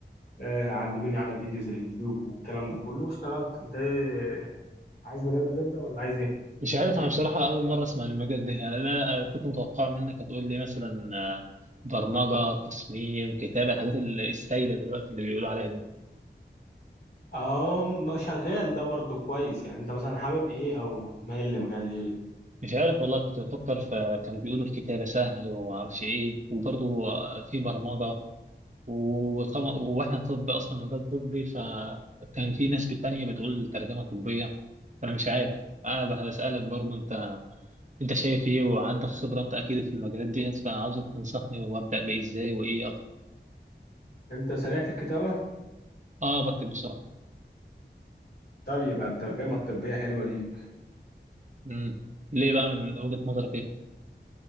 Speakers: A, on the left (about 60°); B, on the right (about 40°).
A: آه علموني على فيديوز اليوتيوب والكلام ده كله واشتغلت انت ايه عايز مجال غير ده ولا عايز ايه
B: مش عارف انا بصراحة اول مرة اسمع عن المجال ده يعني انا كنت متوقع منك هتقول لي مثلا آه، برمجة تصميم كتابة الحاجات ال- السايدة دلوقتي اللي بيقولوا عليها دي
A: اه ما شغال ده برضو كويس يعني انت مثلا حابب ايه او مايل لمجال ايه
B: مش عارف والله كنت بفكر فكانوا بيقولوا الكتابة سهل ومعرفش ايه وبرضه آه، في برمجة وطبعا واحنا طب اصلا مجال طبي فكان في ناس تانية بتقول ترجمة طبية فانا مش عارف انا بسألك برضه انت انت شايف ايه وعندك خبرة انت اكيد في المجالات دي فعاوزك تنصحني وابدأ بايه ازاي وايه
A: انت سريع في الكتابة
B: اه بكتب بسرعه
A: طب يبقى الترجمة الطبية حلوة ليك
B: امم ليه بقى من وجهه نظرك ايه